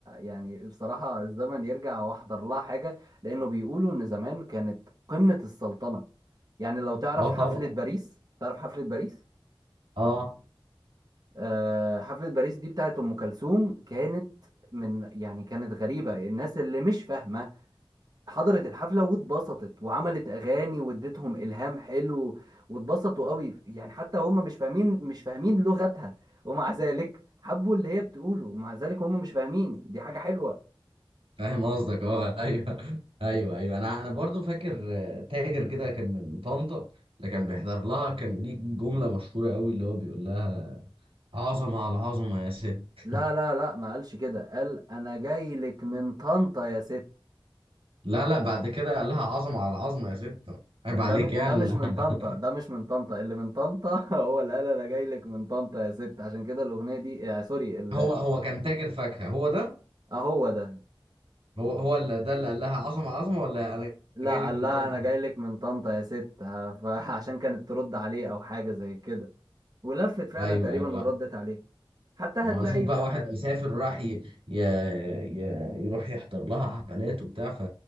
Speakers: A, on the right; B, on the right.
A: يعني بصراحة الزمن يرجع واحضر لها حاجة لانه بيقولوا ان زمان كانت قمة السلطنة يعني لو تعرف
B: اه
A: حفلة
B: طبعا
A: باريس تعرف حفلة باريس
B: اه
A: آه حفلة باريس دي بتاعت ام كلثوم كانت من يعني كانت غريبة الناس اللي مش فاهمة حضرت الحفلة واتبسطت وعملت أغاني واديتهم إلهام حلو واتبسطوا قوي يعني حتى هم مش فاهمين مش فاهمين لغتها ومع ذلك حبوا اللي هي بتقوله ومع ذلك هم مش فاهمين دي حاجة حلوة
B: فاهم قصدك اه <laughs> ايوه ايوه ايوه انا انا برضو فاكر آه، تاجر كده كان من طنطا اللي كان بيحضر لها كان ليه جمله مشهوره قوي اللي هو بيقول لها عظمة على عظمة يا ست
A: لا لا لا ما قالش كده قال أنا جاي لك من طنطا يا ست
B: لا لا بعد كده قال لها عظمة على عظمة يا ست عيب
A: ده
B: عليك
A: م-
B: يعني
A: ده مش
B: أنا-
A: من طنطا ده مش من طنطا اللي من طنطا <laughs> هو اللي قال أنا جاي لك من طنطا يا ست عشان كده الأغنية دي آه سوري ال-
B: هو هو كان تاجر فاكهة هو ده
A: آه هو ده
B: هو هو اللي ده اللي قال لها عظمة على عظمة ولا أنا
A: لا
B: جاي لك
A: قال
B: من
A: لها
B: طنطا
A: انا جاي لك من طنطا يا ست ه- فعشان <laughs> كانت ترد عليه او حاجه زي كده ولفت فعلا
B: أيوه
A: تقريبا
B: أيوه
A: وردت عليه حتى هتلاقي
B: ما هو أشوف بقى
A: في
B: واحد مسافر راح ي... ي... ي... يروح يحضر لها حفلات وبتاع ف...